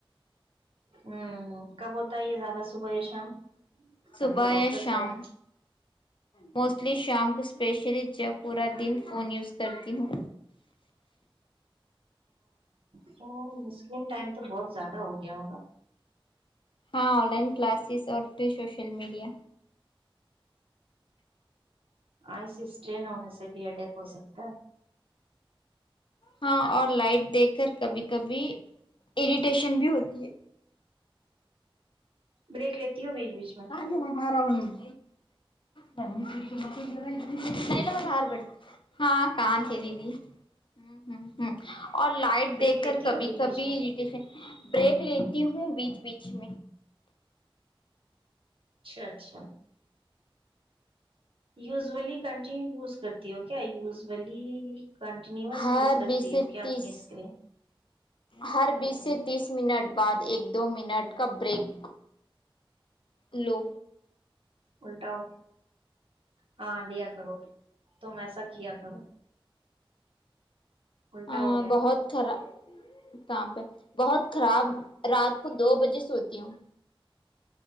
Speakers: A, on the right; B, on the left.
A: ہمم کب ہوتا ہے یے زیادہ صبح یا شام
B: صبح
A: ہم تو ڈاکٹرس
B: یا شام
A: ہو رہے ہیں
B: موسٹلی شام کو اسپیشلی جب پورا دن فون یوز کرتی ہوں
A: تو سکرین ٹائم تو بہت زیادہ ہو گیا ہوگا
B: ہاں آن لائن کلاسیز اور فیر سوشل میڈیا
A: آئیسی اسٹریین ہونے سے بھی حے ڈیک ہو سکتا ہے
B: ہاں اور لائٹ دیکھ کر کبھی کبھی اریٹیشن بھی ہوتی ہے
A: بریک لیتی ہو بیج بیچ میں
B: نہیں تو میں بہار بیٹھ ہاں <unintelligible> ہمم ہمم اور لائٹ
A: بریک
B: دیکھ
A: لیتی
B: کر کبھی
A: ہو بیچ
B: کبھی
A: بیچ میں
B: اریٹیشن بریک لیتی ہوں بیچ بیچ میں
A: اچھا اچھا یوزولی کنٹینیو یوز کرتی ہو کیا یوزولی کنٹینیوس
B: ہر
A: یوز کرتی
B: بیس سے
A: ہو کیا
B: تیس
A: اپنی اسکرین
B: ہر بیس سے تیس منٹ بعد ایک دو منٹ کا بریک لو
A: الٹا ہو ہاں لیا کرو تم ایسا کیا کرو الٹا
B: ہ
A: ہو گیا ہمارا
B: بہت خراب کہاں پے بہت خراب رات کو دو بجے سوتی ہوں